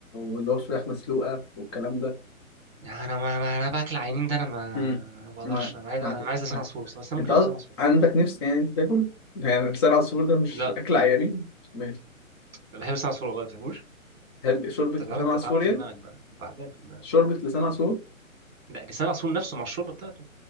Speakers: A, on the left (about 20°); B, on the right (about 45°).
A: واللي هو فراخ مسلوقه والكلام ده
B: يعني انا ما ما- انا باكل عينين ده انا ما
A: امم
B: ما بقدرش
A: ما
B: انا عايز
A: ما
B: انا
A: هت-
B: عايز لسان
A: ما
B: عصفور بس بس انا
A: انت
B: ممكن اكل
A: قصد-
B: لسان عصفور
A: عندك نفس يعني انت تاكل يعني لسان عصفور ده مش
B: لا
A: اكل عيانين ماشي
B: انا بحب لسان عصفور والله ما بتفهموش
A: تحب شوربة
B: انت
A: لسان
B: تعبان انت
A: عصفور
B: تعبان في
A: يعني
B: دماغك بقى انت تعبان في دماغك
A: شوربة لسان عصفور
B: ده لسان عصفور نفسه مع الشوربه بتاعته